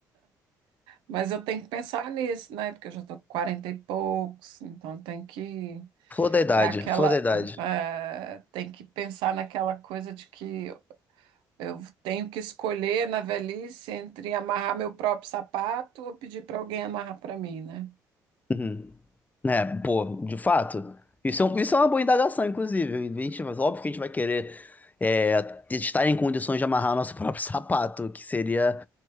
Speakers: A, on the right; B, on the left.
A: mas eu tenho que pensar nisso, né? Porque eu já estou com 40 e poucos, então tem que
B: Flor da idade,
A: é aquela
B: flor da idade.
A: eh, tem que pensar naquela coisa de que eu tenho que escolher na velhice entre amarrar meu próprio sapato ou pedir para alguém amarrar para mim, né?
B: Uhum. É, pô, de fato. Isso é, um- isso é uma boa indagação, inclusive. A gente, óbvio que a gente vai querer é, estar em condições de amarrar nosso próprio <laughs> sapato, que seria,